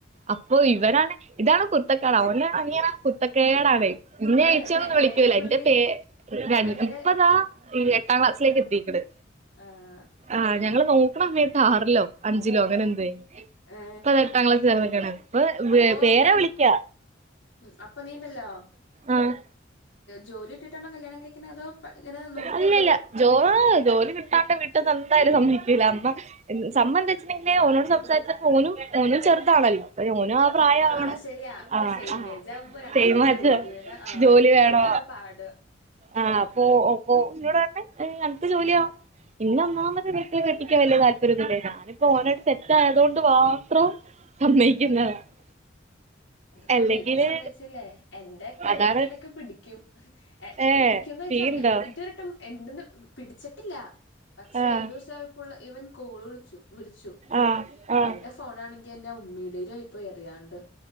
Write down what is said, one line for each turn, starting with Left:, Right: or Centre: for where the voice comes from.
Right: അപ്പൊ ഇവനാണ് ഇതാണ് കുരത്തക്കേട് അവന അനിയന കുരത്തക്കേടാണെ എന്നെ
Left: ഏ
Right: എയിച്ചി എന്ന്
Left: എത്രയിലാ
Right: ഒന്നും വിളിക്കൂല
Left: പുള്ളി
Right: എന്റെ പേര് രണ്
Left: അനിയന
Right: ഇപ്പതാ ഈ എട്ടാം ക്ലാസിലേക്ക് എത്തിക്കണ്
Left: ആഹ്
Right: ആഹ് ഞങ്ങള് നോക്കണ സമേത്ത് ആറിലോ അഞ്ചിലോ അങ്ങനെ എന്തെ
Left: ഏ
Right: ഇപ്പതെട്ടാം ക്ലാസിലാണ് <unintelligible>
Left: അപ്പൊ
Right: പേരാ
Left: നീ
Right: വിളിക്ക
Left: ഉം അപ്പൊ നീണ്ടല്ലോ
Right: ആഹ്
Left: ജോലി ഇട്ടിട്ടാണ്ടോ കല്യാണം കഴി ഇങ്ങനെ അതോ ഇങ്ങനെ നോക്കുവാണോ
Right: അല്ലല്ല ജോ ജോലി കിട്ടാണ്ട് വീട്ടന്ന് എന്തായാലും സമ്മയിക്കൂല അമ്മ സംഭം എന്ത വെച്ചലുണ്ടെങ്കില് ഓനോട് സംസാരിച്ചപ്പോ ഓനുംഓനും ചെറുതാണല്ലോ ഓന് പ്രായാവണം
Left: ആ ശരിയാ
Right: ആഹ്
Left: സെയിമേജ്
Right: ആഹ്
Left: ആകുമ്പോ രണ്ടർക്കും
Right: <unintelligible>
Left: ജോലിയുടെ ആ
Right: ജോലി
Left: അത്
Right: വേണോ
Left: അതാണ് പാട്
Right: ആഹ് അപ്പൊ അപ്പൊ <unintelligible> അനക്ക് ജോലിയാവണം ഇന്ന് ഒന്നാമത് വീട്ടിൽ കെട്ടിക്കാൻ വലിയ താല്പര്യമൊന്നുമില്ലെനൊ ഇപ്പോ ഓനായിട്ട് സെറ്റ് ആയത് കൊണ്ട് മാത്രം <unintelligible>
Left: ഓ അതൊക്കെ
Right: അല്ലെങ്കില്
Left: വീട്ടി സമ്മതിച്ചില്ലേ എന്റെയൊക്കെ
Right: അതാണ്
Left: ഇടക്ക് ഇടക്ക് പിടിക്കും
Right: ഏഹ്
Left: പിടിക്കുംന്ന് വെച്ചാ
Right: സീൻണ്ടോ
Left: അ ഇതുവരെട്ടും എന്റത് പിടിച്ചിട്ടില്ല പക്ഷെ
Right: ആഹ്
Left: ഒരു ദിവസം ആയപ്പോൾ ഇവൻ കോള് വിളിച്ചു വിളിച്ചു
Right: ആഹ് ആഹ്
Left: എന്റെ ഫോൺ ആണെങ്കി എന്റെ ഉമ്മീടെയിലായിപ്പോയി അറിയാണ്ട്